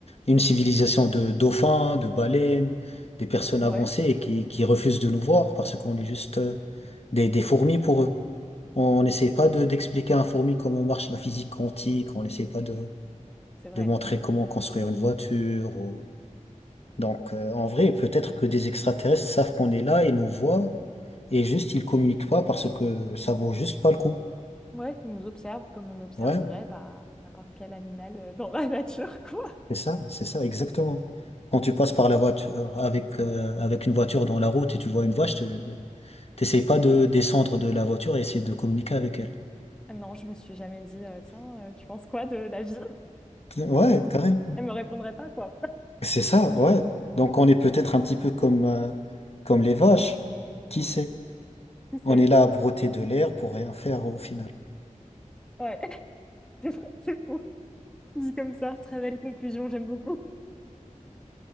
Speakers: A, on the left; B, in the centre.
A: Une civilisation de dauphins, de baleines, des personnes
B: Ouais,
A: avancées et qui, qui refusent de nous voir parce qu'on est juste euh, des, des fourmis pour eux. On n'essaie pas de, d'expliquer à un fourmi comment marche la physique quantique, on n'essaie pas de,
B: c'est vrai.
A: de montrer comment construire une voiture. ou- Donc, euh, en vrai, peut-être que des extraterrestres savent qu'on est là et nous voient et juste ils communiquent pas parce que ça vaut juste pas le coup.
B: Ouais, ils nous observent comme on observerait
A: Ouais,
B: bah, n'importe quel animal euh, dans la <laughs> nature, quoi.
A: C'est ça, c'est ça, exactement. Quand tu passes par la voiture avec, euh, avec une voiture dans la route et tu vois une vache, tu t'essayes pas de descendre de la voiture et essayer de communiquer avec elle.
B: Non, je me suis jamais dit, euh, tiens, euh, tu penses quoi de la vie?
A: Ouais, carrément.
B: Elle me répondrait pas, quoi.
A: C'est ça, ouais. Donc on est peut-être un petit peu comme, euh, comme les vaches. Qui sait?
B: Si, c'est...
A: On est là à broter de l'air pour rien faire au final.
B: Ouais, <laughs> c'est vrai, c'est fou. Dit comme ça, très belle conclusion, j'aime beaucoup.